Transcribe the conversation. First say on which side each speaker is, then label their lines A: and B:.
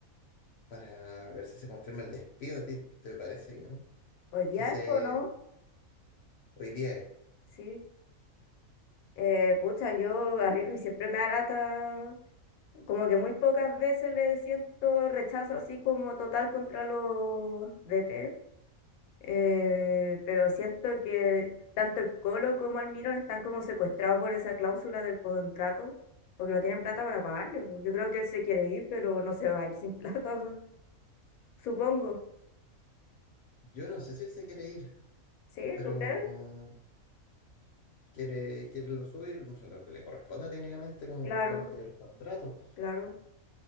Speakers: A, on the left; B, on the left.
A: para ver si se confirma el despido. ¿A ti te parece bien?
B: Hoy día
A: Que se,
B: es, ¿o no?
A: hoy día es.
B: Sí. Eh, pucha, yo a mí siempre me da lata, como que muy pocas veces le siento rechazo así como total contra los DT, Eh, pero siento que tanto el Colo como Almirón están como secuestrados por esa cláusula del contrato, porque no tienen plata para pagarle. po. Yo creo que él se quiere ir, pero no se va a ir sin <laughs> plata, su- supongo.
A: Yo no sé si él se quiere ir,
B: ¿Sí?
A: pero
B: ¿Tú crees?
A: quiere, quiere lo suyo, lo que le corresponde técnicamente como
B: Claro,
A: parte del contrato.
B: claro.